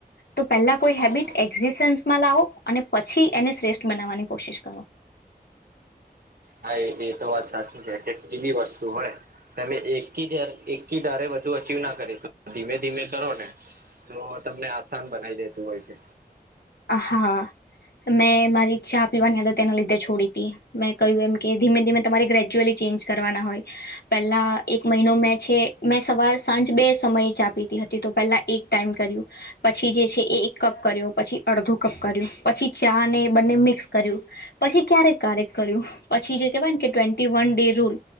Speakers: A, on the left (about 80°); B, on the right (about 60°).
A: તો પહેલા કોઈ
B: હા
A: હેબિટ એક્ઝિસ્ટન્સમાં લાવો અને પછી એને શ્રેષ્ઠ બનાવવાની કોશિશ કરો.
B: હા એ તો વાત સાચી છે કે એવી વસ્તુ હોય તમે એક કી ધારે એક ધારે અચીવ ના કરી ધીમે ધીમે કરો ને તો તમને આસાન બનાવી દેતું હોય છે.
A: હ હા મેં મારી ચા પીવાની આદત તેના લીધે છોડી હતી મેં કહ્યું એમ કે ધીમે ધીમે તમારી ગ્રેજ્યુઅલી ચેન્જ કરવાના હોય પહેલા એક મહિનો મેં છે મેં સવાર સાંજ બે સમય ચા પીતી હતી. તે તો પેલા એક ટાઈમ કર્યું પછી જે છે એ એક કપ કર્યો પછી અડધું કપ કર્યું પછી ચા ને બંને મિક્સ કર્યું પછી ક્યારેક કાર્યક કર્યું પછી જે કેહેવાય ને કે ટ્વેન્ટી વન ડે રૂલ